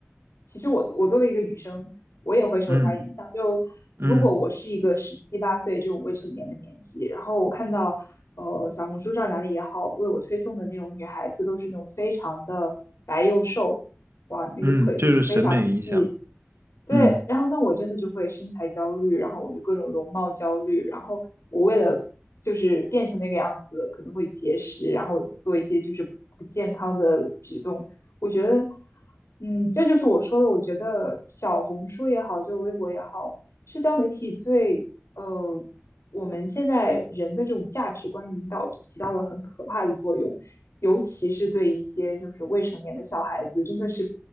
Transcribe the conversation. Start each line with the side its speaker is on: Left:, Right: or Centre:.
Left: 其实我我作为一个女生，我也会受她影响。
Right: 嗯
Left: 就如果我是一个十七八岁这种未成年的年纪，
Right: 嗯
Left: 然后我看到呃小红书上哪里也好，为我推送的那种女孩子都是那种非常的白又瘦，哇，那个腿就是非常细，
Right: 嗯，这就是审美影响。
Left: 对，
Right: 嗯。
Left: 然后那我真的就会身材焦虑，然后我就各种容貌焦虑，然后我为了就是变成那个样子，可能会节食，然后做一些就是不健康的举动。我觉得，嗯，这就是我说的，我觉得小红书也好，就微博也好，社交媒体对呃我们现在人的这种价值观引导起到了很可怕的作用。尤其是对一些就是未成年的小孩子，真的是